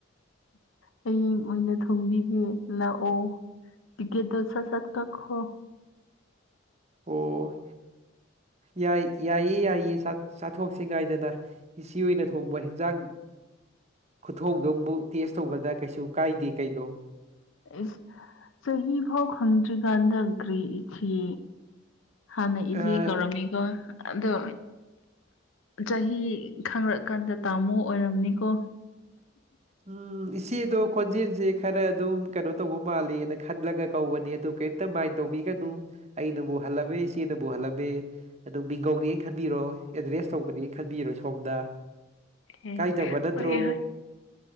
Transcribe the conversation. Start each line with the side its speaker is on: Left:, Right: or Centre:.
Left: ꯍꯌꯦꯡ ꯑꯣꯏꯅ ꯊꯣꯡꯕꯤꯒꯦ ꯂꯥꯛꯑꯣ ꯇꯒꯦ ꯗꯣꯁꯥ ꯁꯥꯠ ꯀꯈꯣ
Right: ꯑꯣ ꯌꯥꯏ ꯌꯥꯏꯌꯦ ꯌꯥꯏꯌꯦ ꯆꯥꯊꯣꯛꯁꯤ ꯀꯥꯏꯗꯅ ꯍꯤꯁꯤ ꯑꯣꯏꯅ ꯊꯣꯡꯕ ꯍꯟꯖꯥꯡ ꯈꯨꯊꯣꯡꯗꯣ ꯑꯃꯨꯛ ꯇꯦꯁ ꯇꯧꯕꯗ ꯀꯩꯁꯨ ꯀꯥꯏꯗꯦ ꯀꯩꯗꯣ
Left: ꯑꯦꯁ ꯆꯍꯤ ꯐꯥꯎ ꯈꯪꯗ꯭ꯔꯤꯀꯥꯟꯗ ꯒ꯭ꯔꯤ ꯏꯆꯦ ꯍꯥꯟꯅ ꯏꯖꯤ
Right: ꯑ
Left: ꯀꯧꯔꯝꯃꯤꯀꯣ ꯑꯗꯣ ꯆꯍꯤ ꯈꯪꯔꯛꯀꯥꯟꯗ ꯇꯥꯃꯣ ꯑꯣꯏꯔꯝꯅꯤꯀꯣ
Right: ꯎꯝ ꯏꯆꯦꯗꯣ ꯈꯣꯟꯖꯦꯜꯁꯦ ꯈꯔ ꯑꯗꯨꯝ ꯀꯩꯅꯣ ꯇꯧꯕ ꯃꯥꯜꯂꯦꯅ ꯈꯜꯂꯒ ꯀꯧꯕꯅꯦ ꯑꯗꯨ ꯀꯩꯇ ꯃꯥꯏꯟ ꯇꯧꯕꯤꯒꯅꯨ ꯑꯩꯅꯕꯨ ꯍꯜꯂꯝꯃꯦ ꯏꯆꯦꯅꯕꯨ ꯍꯜꯂꯝꯃꯦ ꯑꯗꯨꯝ ꯃꯤꯡꯒꯧꯅꯦ ꯈꯟꯕꯤꯔꯣ ꯑꯦꯗ꯭ꯔꯦꯁ ꯇꯧꯕꯅꯦꯅ ꯈꯟꯕꯤꯔꯣ ꯁꯣꯝꯗ
Left: ꯑꯦ
Right: ꯀꯥꯏ ꯊꯕ ꯅꯠꯇ꯭ꯔꯣ
Left: ꯍꯣꯏ